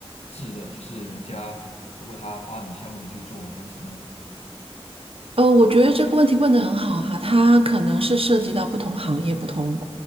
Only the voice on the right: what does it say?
呃，我觉得这个问题问得很好哈，它可能是涉及到不同行业、不同